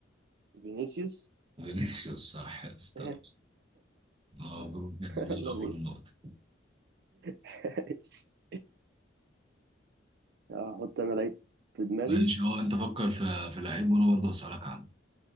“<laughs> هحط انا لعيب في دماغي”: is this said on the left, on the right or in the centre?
Right